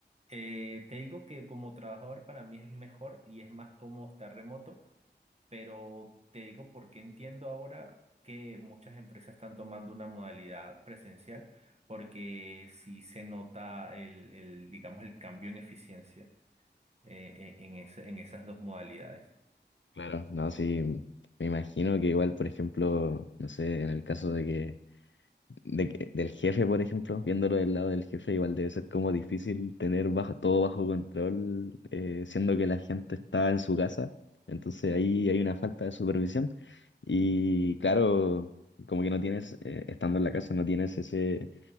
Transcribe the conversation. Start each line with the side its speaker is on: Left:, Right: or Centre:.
Right: eh, te digo que como trabajador para mí es mejor y es más cómodo estar remoto pero te digo porque entiendo ahora que muchas empresas están tomando una modalidad presencial porque sí se nota el, el, digamos, el cambio en eficiencia eh, en, en ese- en esas dos modalidades.
Left: claro, no, sí, me imagino que igual, por ejemplo, no sé, en el caso de que de que- del jefe, por ejemplo, viéndolo del lado del jefe, igual debe ser como difícil tener bajo, todo bajo control, eh, siendo que la gente está en su casa. Entonces ahí hay una falta de supervisión. Y claro, como que no tienes, eh, estando en la casa, no tienes ese,